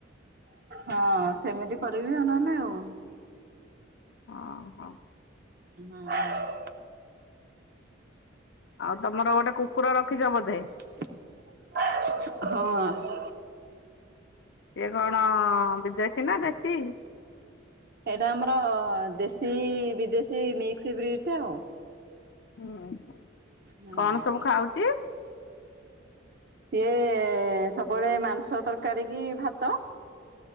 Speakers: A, on the right; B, on the left.
A: ହଁ ସେମିତି କରିବି ନହେଲେ ଆଉ।
B: ହଁ ହଁ।
A: ହୁଁ ହୁଁ।
B: ଆଉ ତମର ଗୋଟେ କୁକୁର ରଖିଛ ବୋଧେ?
A: ହଁ।
B: ଇଏ କଣ ବିଦେଶୀ ନା ଦେଶୀ?
A: ଏଇଟା ଆମର ଦେଶୀ ବିଦେଶୀ ମିକ୍ସ ବ୍ରିଡଟା ଆଉ।
B: ହୁଁ
A: ହଁ
B: କଣ ସବୁ ଖାଉଛି?
A: ସିଏ ସବୁବେଳେ ମାଂସ ତରକାରୀ କି ଭାତ।